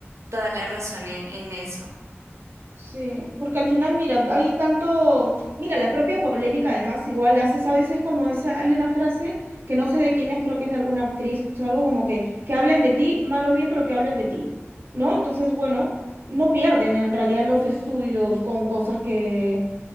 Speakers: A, on the right; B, on the right.
A: toda la razón en, en eso.
B: Sí, porque al final, mira, hay tanto, mira, la propia polémica además igual haces a veces como esa, hay una frase que no sé de quién es, creo que es de alguna actriz o algo como que, que hablen de ti, mal o bien, pero que hablen de ti, ¿no? Entonces, bueno, no pierden en realidad los estudios con cosas que